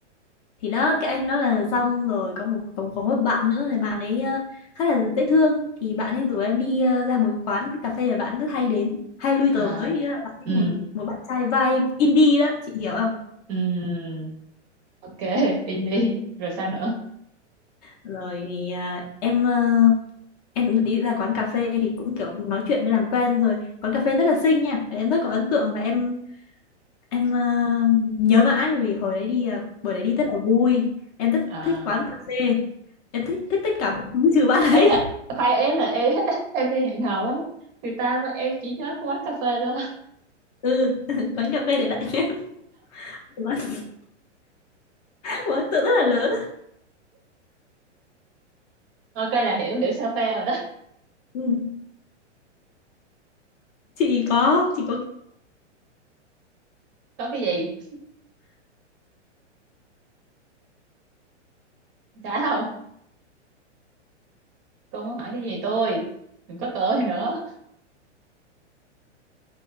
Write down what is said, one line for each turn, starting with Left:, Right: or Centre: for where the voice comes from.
Left: thì đó cái anh đó là xong rồi có một có, có một bạn nữa thì bạn ấy ờ, khá là dễ thương thì bạn ấy rủ em đi ờ, ra một quán cà phê mà bạn rất hay đến hay lui
Right: à
Left: tới ý là bạn ấy
Right: ừm,
Left: một một bạn trai vibe indie đó chị hiểu không
Right: ừm, ok <laughs> in đi rồi sao nữa
Left: rồi thì à, em ờ, em đi ra quán cà phê thì cũng kiểu nói chuyện mới làm quen rồi quán cà phê rất là xinh nha và em rất có ấn tượng và em em ờ, nhớ mãi vì hồi đấy đi à, buổi đấy đi rất là vui em rất
Right: à
Left: thích quán cà phê em thích thích tất cả mọi thứ trừ bạn ấy
Right: ấy là khoan ấy là em <laughs> em đi hẹn hò ấy người ta mà em chỉ nhớ cái quán cà phê thôi
Left: ừ <laughs> quán cà phê để lại cho em một một ấn tượng rất là lớn á.
Right: ok là hiểu hiểu sao phê rồi đó
Left: ừ. chị có chị có
Right: có cái gì trả không cô muốn hỏi cái gì tôi đừng có cười nữa